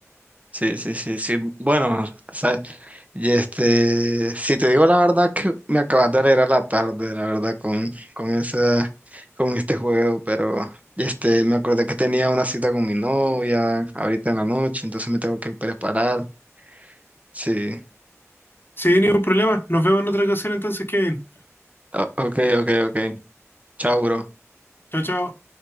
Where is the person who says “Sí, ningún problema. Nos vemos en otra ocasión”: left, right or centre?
Left